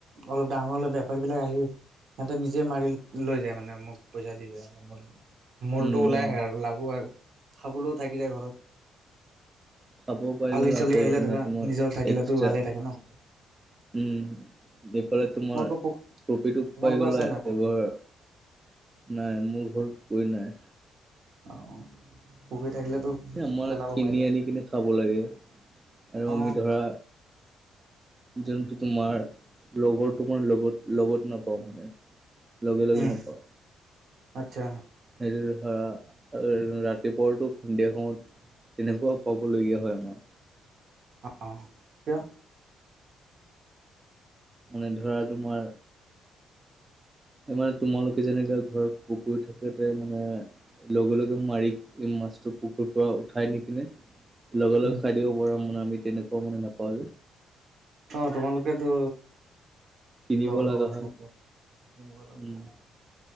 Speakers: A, on the right; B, on the right.
A: অলপ ডাঙৰ হ'লে বেপাৰী বিলাক আহি সিহতে নিজে মাৰি লৈ যায় মানে মোক পইচা দি যায়। মানে ম মূলটো
B: উম
A: ওলাই
B: উম
A: আহে আৰু লাভ খোৱাৰ খাবলৈও থাকি যায় ঘৰত।
B: খাবও পাই
A: আলহী
B: গ'ল
A: চালহী
B: আকৌ
A: আহিলে
B: এইপিনে
A: ধৰা
B: তোমাৰ
A: নিজৰ থাকিলেতো
B: এক্সট্ৰা
A: ভালে থাকে ন।
B: উম এইফালে তোমাৰ
A: তোমালোকৰ পুখ
B: প্ৰফিটো
A: তোমালোকৰ
B: পাই গলা
A: আছে নাই পুখুৰী
B: এইবাৰ। নাই মোৰ ঘৰত পুখুৰী নাই।
A: অ অ পুখুৰী থাকিলেতো
B: আমাৰ
A: পেলাব
B: কিনি
A: পাৰিলা
B: আনি কিনে খাব লাগে আৰু
A: অ
B: আমি ধৰা যোনটো তোমাৰ লগৰ তোমাৰ লগত লগত নাপাও মানে লগে লগে
A: উম
B: নাপাও।
A: আচ্ছা।
B: সেইটো ধৰা ৰাতিপুৱাটো সন্ধিয়া সময়ত তেনেকুৱাও পাবলগীয়া হয় আমাৰ।
A: অ কিয়?
B: মানে ধৰা তোমাৰ এই মানে তোমালোকে যেনেকে ঘৰত কুকুৰ থাকোতে মানে লগে লগে মাৰি মাছটো পুখুৰীৰ পৰা উঠাই নি কিনে লগে লগে
A: উম
B: খাই দিব পৰা মানে, আমি তেনেকুৱাও মানে নাপাওঁ যে।
A: অ তোমালোকেতো
B: কিনিব
A: লগৰ
B: লগা
A: লগেতো
B: হয়
A: নোপোৱা কিনিব লগা
B: উম
A: হয়।